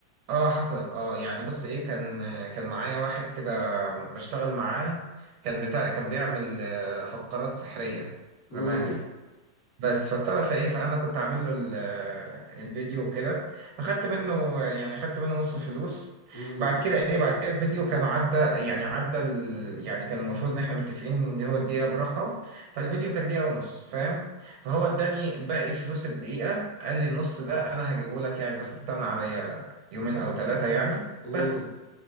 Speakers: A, on the right; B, on the left.
A: اه حصلت اه يعني بص ايه كان كان معايا واحد كده بشتغل معاه كان بتاع كان بيعمل آه، فقرات سحرية زمان
B: امم
A: يعني بس فابتدى فايه فانا كنت عامل له ال- آه، الفيديو وكده اخدت منه يعني اخدت منه نص الفلوس
B: امم
A: بعد كده ايه بعد كده الفيديو كان عدى يعني عدى ال... يعني كان المفروض ان احنا متفقين ان هو الدقيقه برقم فالفيديو كان دقيقه ونص فاهم فهو اداني باقي فلوس الدقيقه قال لي النص ده انا هجيبه لك يعني بس استنى عليا يومين او ثلاثه يعني
B: امم
A: بس